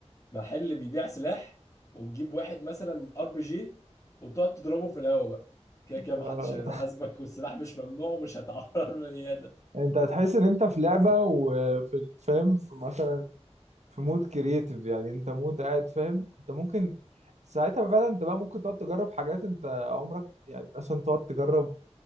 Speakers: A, on the left; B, on the right.
A: محل بيبيع سلاح وتجيب واحد مثلا ار بي جي وتقعد تضربه في الهوا بقى كده كده محدش
B: آه،
A: هيحاسبك والسلاح مش ممنوع ومش هتعور <laughs> بني ادم
B: انت هتحس ان انت في لعبة وفي الفيلم في مثلا في مود كرييتيف يعني انت مود قاعد فاهم انت ممكن ساعتها فعلا انت بقى ممكن تقعد تجرب حاجات انت عمرك يعني مثلا تقعد تجرب